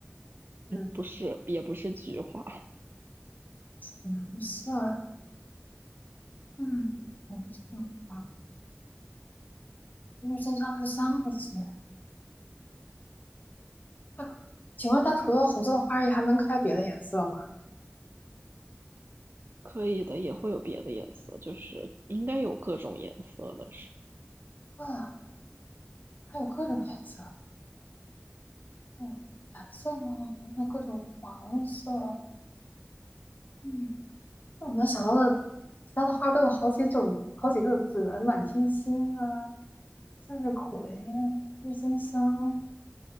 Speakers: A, on the left; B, on the right.
A: 嗯，
B: 不是，也不是菊花，
A: 红色，嗯，红色的花郁金香是三个字。那可请问它除了红色的花儿也还能开别的颜色吗？
B: 可以的，也会有别的颜色，就是应该有各种颜色的是，
A: 啊，还有各种颜色，嗯，蓝色吗？还有各种黄色，嗯，那我能想到的其他的花都有好几种，好几个字的，满天星啊，向日葵啊，郁金香，